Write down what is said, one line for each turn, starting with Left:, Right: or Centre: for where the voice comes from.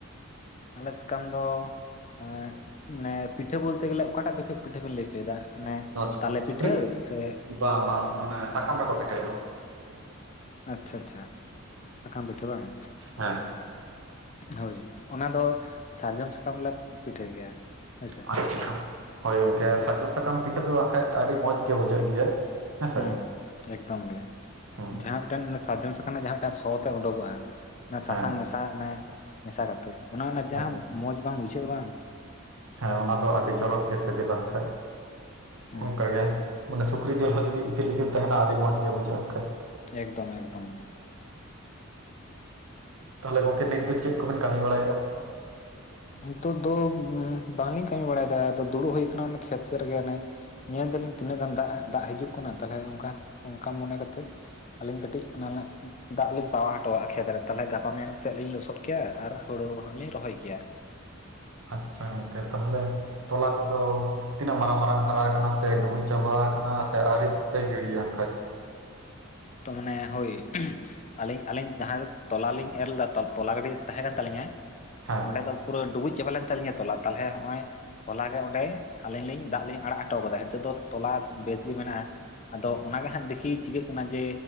Left: ᱟᱞᱮ ᱥᱟᱠᱟᱢ ᱫᱚ ᱢᱟᱱᱮ ᱯᱤᱴᱷᱟᱹ ᱵᱚᱞᱛᱮ ᱜᱮᱞᱮ ᱚᱠᱟᱴᱟᱜ ᱯᱤᱴᱷᱟᱹ ᱯᱤᱴᱷᱟᱹ ᱵᱮᱱ ᱞᱟᱹᱭ ᱦᱚᱪᱚᱭᱮᱫᱟ? ᱚᱱᱮ
Right: ᱱᱚᱣᱟ ᱥᱩᱠ
Left: ᱛᱟᱞᱮ
Right: ᱥᱩᱠᱨᱤ
Left: ᱯᱤᱴᱷᱟᱹ ᱥᱮ
Right: ᱵᱟᱝ ᱵᱟᱝ ᱚᱱᱮ ᱥᱟᱠᱟᱢ ᱨᱮᱠᱚ ᱯᱤᱴᱷᱟᱭ ᱫᱚ
Left: ᱟᱪᱪᱷᱟ ᱟᱪᱪᱷᱟ ᱥᱟᱠᱟᱢ ᱯᱤᱴᱷᱟᱹ ᱵᱟᱝ
Right: ᱦᱮᱸ
Left: ᱦᱳᱭ ᱚᱱᱟ ᱫᱚ ᱥᱟᱨᱡᱚᱢ ᱥᱟᱠᱟᱢ ᱞᱮ ᱯᱤᱴᱷᱟᱹᱭ ᱜᱮᱭᱟ ᱦᱳᱭᱥᱮ
Right: ᱟᱪᱪᱷᱟ ᱦᱳᱭ ᱜᱚᱝᱠᱮ ᱥᱟᱨᱡᱚᱢ ᱥᱟᱠᱟᱢ ᱯᱤᱴᱷᱟᱹ ᱫᱚ ᱦᱟᱸᱜ ᱠᱷᱟᱡ ᱟᱹᱰᱤ ᱢᱚᱡᱽ ᱜᱮ ᱵᱩᱡᱷᱟᱹᱜ ᱜᱮᱭᱟ᱾ ᱦᱮᱸᱥᱮ
Left: ᱦᱩᱸ ᱮᱠᱫᱚᱢ ᱜᱮ
Right: ᱦᱩᱸ
Left: ᱡᱟᱦᱟᱸ ᱢᱤᱫᱴᱮᱱ ᱚᱱᱮ ᱥᱟᱨᱡᱚᱢ ᱥᱟᱠᱟ ᱨᱮᱱᱟᱜ ᱡᱟᱦᱟᱸ ᱢᱤᱫᱴᱮᱱ ᱥᱚ ᱛᱮᱫ ᱩᱰᱩᱠᱚᱜᱼᱟ᱾ ᱚᱱᱟ ᱥᱟᱥᱟᱝ
Right: ᱦᱮᱸ
Left: ᱢᱮᱥᱟ ᱢᱟᱱᱮ ᱢᱮᱥᱟ ᱠᱟᱛᱮᱜ ᱚᱱᱟ ᱚᱱᱟ ᱡᱟᱦᱟᱸ
Right: ᱦᱮᱸ
Left: ᱢᱚᱡᱽ ᱵᱟᱝ ᱵᱩᱡᱷᱟᱹᱜᱼᱟ ᱵᱟᱝ
Right: ᱦᱮᱸ ᱚᱱᱟ ᱫᱚ ᱟᱹᱰᱤ ᱪᱚᱨᱚᱠ ᱜᱮ ᱥᱤᱵᱤᱞᱟ ᱦᱟᱸᱜ ᱠᱷᱟᱡ᱾
Left: ᱦᱩᱸ
Right: ᱚᱱᱠᱟ ᱜᱮ ᱢᱟᱱᱮ ᱥᱩᱠᱨᱤ ᱡᱤᱞ ᱦᱚᱸ ᱡᱩᱫᱤ ᱤᱛᱤᱞ ᱤᱛᱤᱞ ᱛᱟᱦᱮᱱᱟ ᱟᱹᱰᱤ ᱢᱚᱡᱽ ᱜᱮ ᱵᱩᱡᱟᱹᱜᱼᱟ᱾ ᱦᱟᱸᱜ ᱠᱷᱟᱡ
Left: ᱮᱠᱫᱚᱢ ᱮᱠᱫᱚᱢ
Right: ᱛᱟᱦᱚᱞᱮ ᱜᱚᱝᱠᱮ ᱱᱤᱛ ᱫᱚ ᱪᱮᱫ ᱠᱚ ᱵᱤᱱ ᱠᱟᱹᱢᱤ ᱵᱟᱲᱟᱭᱮᱫ-ᱟ᱾
Left: ᱱᱤᱛᱳᱜ ᱫᱚ ᱵᱟᱝᱞᱤᱧ ᱠᱟᱹᱢᱤ ᱵᱟᱲᱟᱭᱮᱫᱟ ᱟᱫᱚ ᱫᱩᱲᱩᱵ ᱦᱩᱭ ᱠᱟᱱᱟ ᱚᱱᱮ ᱠᱷᱮᱛ ᱥᱮᱫ ᱨᱮᱜᱮ ᱚᱱᱮ ᱧᱮᱞ ᱫᱟᱞᱤᱧ ᱛᱤᱱᱟᱹᱜ ᱜᱟᱱ ᱫᱟᱜ ᱫᱟᱜ ᱦᱤᱡᱩᱜ ᱠᱟᱱᱟ ᱛᱟᱦᱚᱞᱮ ᱚᱱᱠᱟ ᱚᱱᱠᱟ ᱢᱚᱱᱮ ᱠᱟᱛᱮᱫ ᱟᱞᱤᱧ ᱠᱟᱹᱴᱤᱡ ᱚᱱᱟᱞᱮ ᱫᱟᱜ ᱞᱤᱧ ᱯᱟᱣᱭᱟ ᱦᱚᱴᱚᱣᱟᱜ-ᱟ ᱠᱷᱮᱛ ᱨᱮ ᱛᱟᱦᱚᱞᱮ ᱜᱟᱯᱟ ᱢᱮᱭᱟᱝ ᱥᱮᱫ ᱞᱤᱧ ᱞᱚᱥᱚᱫ ᱠᱮᱭᱟ ᱟᱨ ᱦᱳᱲᱳ ᱦᱟᱸᱜ ᱞᱤᱧ ᱨᱚᱦᱚᱭ ᱠᱮᱭᱟ᱾
Right: ᱟᱪᱪᱷᱟ ᱜᱚᱝᱠᱮ ᱛᱟᱦᱚᱞᱮ ᱛᱚᱞᱟ ᱠᱚᱫᱚ ᱛᱤᱱᱟᱹᱜ ᱢᱟᱨᱟᱝ ᱢᱟᱨᱟᱝ ᱦᱟᱨᱟ ᱠᱟᱱᱟ ᱥᱮ ᱰᱩᱵᱩᱡ ᱪᱟᱵᱟ ᱟᱠᱟᱱᱟ ᱥᱮ ᱟᱣᱨᱤᱯᱮ ᱜᱤᱰᱤᱭᱟ ᱦᱟᱸᱜ ᱠᱷᱟᱡ
Left: ᱛᱚ ᱢᱟᱱᱮ ᱦᱳᱭ ᱟᱹᱞᱤᱧ ᱟᱹᱞᱤᱧ ᱡᱟᱦᱟᱸᱭ ᱛᱚᱞᱟ ᱞᱤᱧ ᱮᱨ ᱞᱮᱫᱟ᱾ ᱛᱚ ᱛᱚᱞᱟ ᱜᱟᱹᱰᱤ ᱛᱟᱦᱮᱸ ᱠᱟᱱ ᱛᱟᱹᱟᱞᱤᱧᱟ᱾
Right: ᱦᱟᱸ
Left: ᱚᱸᱰᱮ ᱫᱚ ᱯᱩᱨᱟᱹ ᱰᱩᱵᱩᱡ ᱪᱟᱵᱟ ᱞᱮᱱ ᱛᱟᱞᱤᱧᱟ ᱛᱚᱞᱟ ᱛᱟᱦᱚᱞᱮ ᱦᱚᱸᱜᱼᱚᱭ ᱦᱚᱞᱟ ᱜᱮ ᱚᱸᱰᱮ ᱟᱹᱞᱤᱧ ᱞᱤᱧ ᱫᱟᱜ ᱞᱤᱧ ᱟᱲᱟᱜ ᱦᱚᱴᱚ ᱠᱟᱫᱟ᱾ ᱱᱤᱛᱚᱜ ᱫᱚ ᱛᱚᱞᱟ ᱵᱮᱥ ᱜᱮ ᱢᱮᱱᱟᱜᱼᱟ᱾ ᱟᱫᱚ ᱚᱱᱟ ᱜᱮ ᱦᱟᱸᱜ ᱫᱮᱠᱷᱤ ᱪᱤᱠᱟᱹᱜ ᱠᱟᱱᱟ? ᱡᱮ